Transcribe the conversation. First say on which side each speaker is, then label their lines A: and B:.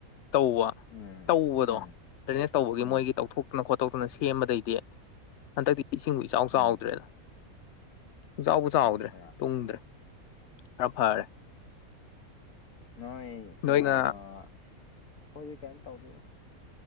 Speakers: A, on the left (about 60°); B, on the left (about 80°).
A: ꯇꯧꯕ
B: ꯎꯝ
A: ꯇꯧꯕꯗꯣ
B: ꯎꯝ
A: ꯗꯔꯦꯅꯦꯁ ꯇꯧꯕꯒꯤ
B: ꯎꯝ
A: ꯃꯣꯏꯒꯤ ꯇꯧꯊꯣꯛꯇꯅ ꯈꯣꯠꯇꯣꯛꯇꯅ ꯁꯦꯝꯕꯗꯩꯗꯤ ꯍꯟꯗꯛꯇꯤ ꯏꯁꯤꯡꯕꯨ ꯏꯆꯥꯎ
B: ꯎꯝ
A: ꯆꯥꯎꯗ꯭ꯔꯦꯅ ꯁꯨꯡ ꯆꯥꯎꯥꯕꯨ ꯆꯥꯎꯗ꯭ꯔꯦ
B: ꯑꯠꯆꯥ
A: ꯇꯨꯡꯗ꯭ꯔꯦ ꯈꯔ ꯐꯔꯦ
B: ꯅꯣꯏ
A: ꯅꯣꯏꯅ
B: ꯑꯩꯈꯣꯏꯗꯤ ꯀꯩꯝ ꯇꯧꯗꯦꯗ